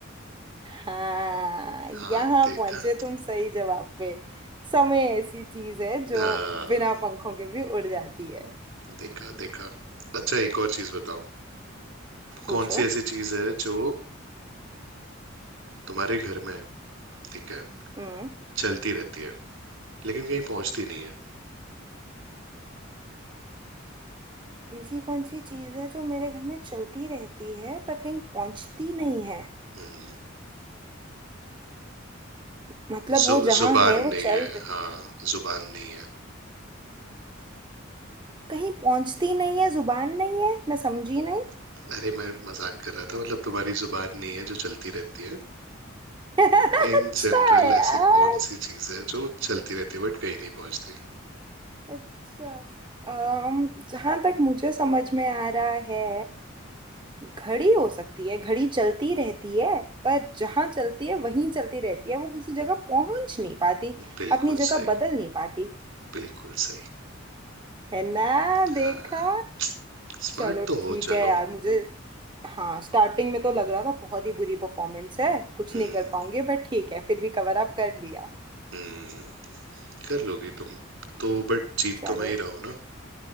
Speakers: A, on the right; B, on the right.
A: हाँ
B: हाँ
A: यहाँ
B: देखा
A: पहुंचे तुम सही जवाब पे समय ऐसी चीज है जो
B: हाँ
A: बिना पंखों के भी उड़ जाती है
B: देखा देखा अच्छा एक और चीज बताओ
A: पूछो
B: कौन सी ऐसी चीज है जो तुम्हारे घर में है ठीक है
A: हम्म
B: चलती रहती है लेकिन कहीं पहुंचती नहीं है
A: ऐसी कौन सी चीज है जो मेरे घर में चलती रहती है पर कहीं पहुंचती नहीं है
B: हम्म,
A: मतलब
B: जु,
A: वो जहाँ
B: जुबान
A: है वो
B: नहीं
A: चल
B: है
A: रही
B: हाँ जुबान नहीं है
A: कहीं पहुंचती नहीं है जुबान नहीं है मैं समझी नहीं
B: अरे मैं मजाक कर रहा था मतलब तुम्हारी जुबान नहीं है जो चलती रहती है
A: <laughs>
B: इन
A: अच्छा
B: जनरल
A: यार
B: ऐसी कौन सी चीज है जो चलती रहती है बट कहीं नहीं पहुंचती
A: अच्छा अम्म जहां तक मुझे समझ में आ रहा है घड़ी हो सकती है घड़ी चलती रहती है पर जहां चलती है वहीं चलती रहती है वो किसी जगह पहुंच नहीं पाती
B: बिल्कुल
A: अपनी जगह
B: सही
A: बदल नहीं पाती
B: बिल्कुल सही
A: है ना देखा
B: हाँ स्मार्ट
A: चलो
B: तो
A: ठीक
B: हो चलो
A: है यार मुझे हाँ स्टार्टिंग में तो लग रहा था बहुत ही बुरी परफॉर्मेंस है कुछ
B: हम्म
A: नहीं कर पाऊंगी बट ठीक है फिर भी कवर अप कर लिया
B: हम्म कर लोगी तुम तो बट जीत
A: चलो
B: तो मैं ही रहा हूं ना